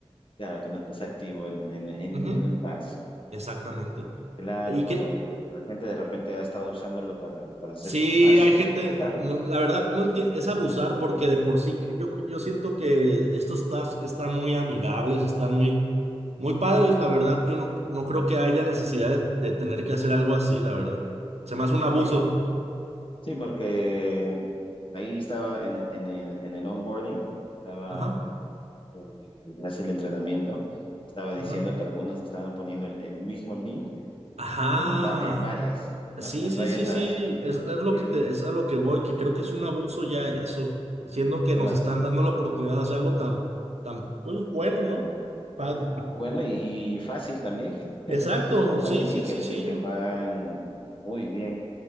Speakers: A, on the left (about 50°); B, on the right (about 85°).
A: Claro, que no estés activo en, en, en,
B: Ujú,
A: un en un task.
B: Exactamente.
A: Claro,
B: Y
A: bueno,
B: que
A: eh, la gente de repente ha estado usándolo para, para hacer
B: sí
A: sus tasks.
B: hay gente,
A: <laughs>
B: no, la verdad no entiendo, es abusar porque de por sí yo, yo siento que estos tasks están muy amigables, están muy, muy padres, la verdad. Yo no, no creo que haya necesidad de, de tener que hacer algo así, la verdad. Se me hace un abuso.
A: Sí, sí, porque ahí estaba en, en el, en el onboarding, estaba
B: Ajá,
A: eh, en clase el entrenamiento, estaba diciendo
B: ajá.
A: que algunos estaban poniendo el, el mismo link
B: Ajá.
A: en, va- en varias, ¿no?
B: Sí,
A: En
B: sí,
A: varias
B: sí,
A: tasks.
B: sí. Es, es lo
A: Y
B: que te- es a lo que voy, que creo que es un abuso ya eso. Siendo que
A: por
B: nos
A: la-
B: están dando la oportunidad de hacer algo tan, tan, pues bueno, ¿no? Pago.
A: Bueno, y fácil también. <laughs>
B: Exacto,
A: pa-
B: sí,
A: Y
B: sí,
A: que,
B: sí, sí.
A: y que pagan muy bien.